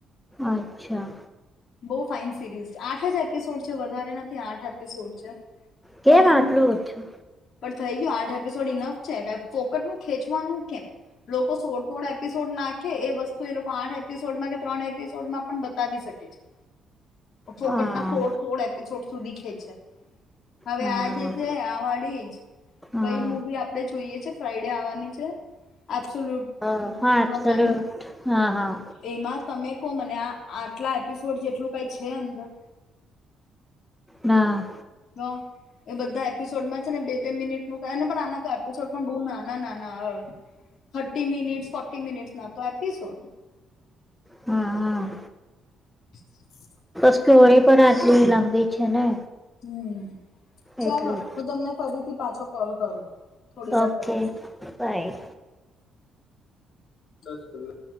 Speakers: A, in the centre; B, on the left.
A: અચ્છા
B: બઉ ફાઇન સિરીઝ છે આઠ જ એપિસોડ છે વધારે નથી આઠ એપિસોડ છે.
A: કેમ
B: પણ
A: આટલું ઓછું
B: પણ થઈ ગયુ આઠ એપિસોડ ઇનફ છે ફોકટ નું ખેંચવાનું કેમ લોકો સોડ સોડ એપિસોડ નાખે એ વસ્તુ એ લોકો આઠ એપિસોડમાં કે ત્રણ એપિસોડમાં પણ બતાવી શકે છે. ફોકટના
A: હા
B: સોળ સોળ એપિસોડ સુધી ખેચે હવે
A: હા
B: આ જે છે આ વાડી જ
A: હા
B: કઈ મુવી આપડે જોઈએ છે ફ્રાઈડે આવવાની છે. આજ <unintelligible>
A: હા હા એબ્સોલ્યુટ હા હા
B: એમાં તમે કો મને આ આટલા. એપિસોડ જેટલું કઈ છે અંદર
A: ના.
B: તો એ બધા એપિસોડમાં છે ને બે બે મિનિટનું કહે ને પણ આના કરતા એપિસોડ પણ બઉ નાના નાના હોય થર્ટી મિનિટસ ફોર્ટી મિનિટસ ના તો એપિસોડ.
A: હા હા
B: <inaudible>
A: સ્ટોરી પણ આટલી લાંબી છે ને.
B: હમ. ચાલો
A: એટલું
B: હું તમને ફરીથી પાછો. ફલ કરું. થોડી વાર
A: ઓકે,
B: પછી
A: બાય.
B: દસ પંદર